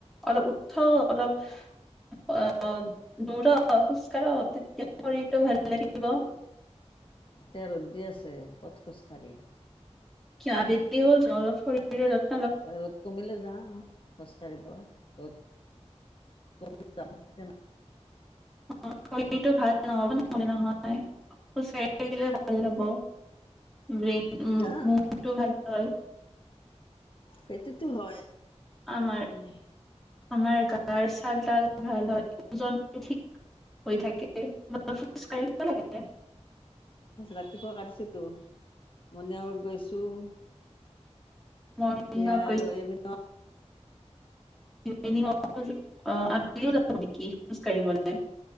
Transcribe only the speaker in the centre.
অলপ উঠক অলপ আহ দৌৰক খোজ কাঢ়ক তেতিয়া শৰীৰটো ভাল লাগিব
কিয় আবেলি হ'ল চোন অলপ ফুৰিব
অ শৰীৰটো ভাল নহ'ব নহ'লে নহয় খোজ কাঢ়ি থাকিলে ভাল হ'ব ব্ৰেইন উ
মনটো ভাল হয়
আমাৰ
আমাৰ গাৰ ছাল তাল ভাল হয় ওজন ঠিক হৈ থাকে খোজ কাঢ়িব লাগে
মৰ্ণিং
ৱাক
<unintelligible> আপুনিও যাব নেকি খোজ কাঢ়িবলে